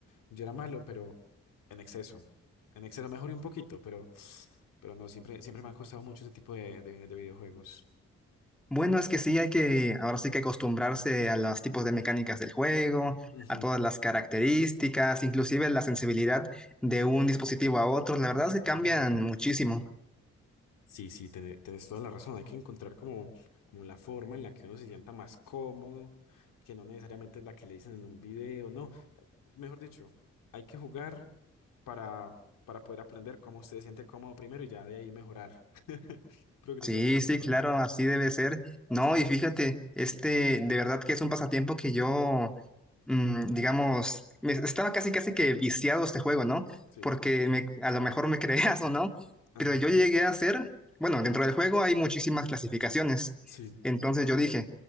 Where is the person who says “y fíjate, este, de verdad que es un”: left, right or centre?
Centre